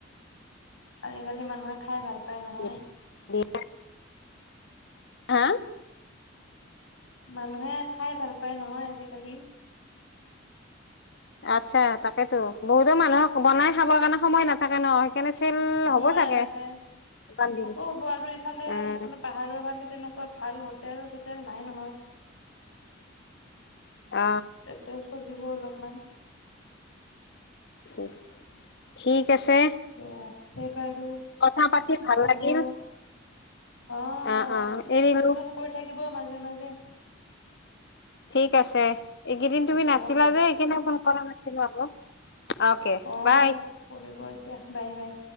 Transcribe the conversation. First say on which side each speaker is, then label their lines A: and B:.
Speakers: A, on the left (about 85°); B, on the left (about 60°).
A: আজিকালি মানুহে খাই ভাল পায় নহয়
B: এ দেিয় হা
A: মানুহে খাই ভাল পায় নহয় আজিকালি
B: আচ্ছা তাকেেতো বহুতো মানুহক বনাই খাবৰ কাৰণে সময় নাথাকে ন সেইকাৰণে চেল
A: সময়
B: হ'ব চাগে
A: নাথাকে
B: দোকান দিল
A: হ'ব হ'ব আৰু এইফালে
B: উম
A: আপোনাৰ পাহাৰৰ ফালে তেনেকুৱা ভাল হ তেল চোতেল নাই নহয়
B: অ
A: যাতে চলিব অলপমান
B: ঠিক ঠিক আছে
A: ঠিকে আছে বাৰু
B: কথা পাতি ভাল
A: হ'ব
B: লাগিল
A: অ আপুনি
B: অ অ এৰিলো
A: ফোন চোন কৰি থাকিব মাজে মাজে
B: ঠিক আছে এইকেইদিন
A: ঠিক
B: তুমি
A: আছে
B: নাছিলা
A: হ'ব দিয়ক
B: যে সেইকাৰণে ফোন কৰা নাছিলো আকৌ অকে
A: অহ
B: বাই
A: কৰিব এতিয়া বাই বাই